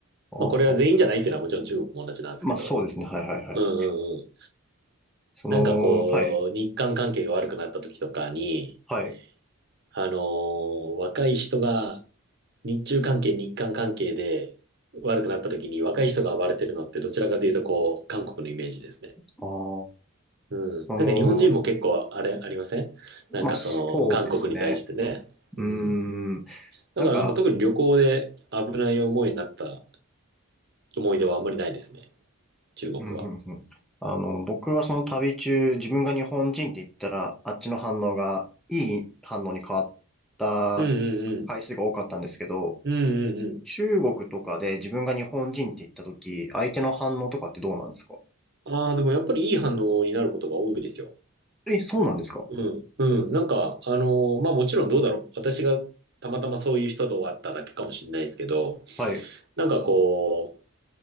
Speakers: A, in the centre; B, on the right (about 50°).
A: あは
B: まあこれは全員じゃないっていうのはもちろん中国も同じなんですけど。
A: まあそうですね。はいはいはい。
B: うんうんうん。
A: その、
B: なんかこう、
A: はい、
B: 日韓関係が悪くなった時とかに、
A: はい。
B: あのー若い人が日中関係、日韓関係で悪くなった時に若い人が暴れてるのってどちらかというとこう、韓国のイメージですね。
A: ああ、
B: うん。
A: あの、
B: なんか日本人も結構あれありませんなんかその韓国に対してね。
A: まあ、そうですね。うーん。
B: うん。だからなんか特に旅行で危ない思いになった
A: なんか、
B: 思い出はあんまりないですね。中国は。
A: うん、うん、うん。あの、僕はその旅中、自分が日本人って言ったら、あっちの反応がいい反応に変わった
B: うんうんうん。
A: 回数が多かったんですけど、
B: うんうんうん。
A: 中国とかで自分が日本人って言った時、相手の反応とかってどうなんですか
B: ああ、でもやっぱりいい反応になることが多いですよ。
A: え、そうなんですか
B: うん、うん。なんか、あのーまあもちろんどうだろう。私がたまたまそういう人と会っただけかもしれないですけど、
A: はい、
B: なんかこ